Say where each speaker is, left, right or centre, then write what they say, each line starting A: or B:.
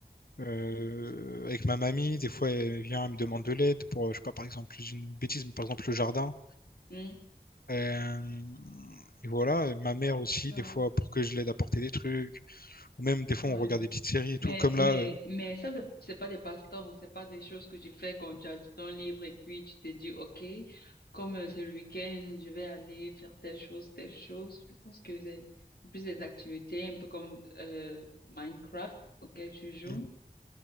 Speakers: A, on the left (about 70°); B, on the left (about 85°).
A: euh, avec ma mamie. Des fois, elle vient, elle me demande de l'aide pour, je sais pas, par exemple, je dis une bêtise, mais par exemple, le jardin.
B: mhm.
A: Euh, et voilà, et ma mère aussi,
B: Je
A: des fois, pour que je l'aide à porter des trucs. Ou même des fois
B: vois.
A: on regarde des petites séries et
B: Mais,
A: tout, comme
B: mais,
A: là. euh,
B: mais ça, c'est c'est pas des passe-temps, c'est pas des choses que tu fais quand tu as du temps libre et puis tu te dis, OK, comme euh, c'est le week-end, je vais aller faire telle chose, telle chose. Je pense que c'est plus des activités, un peu comme euh, Minecraft auquel tu joues.
A: Mm.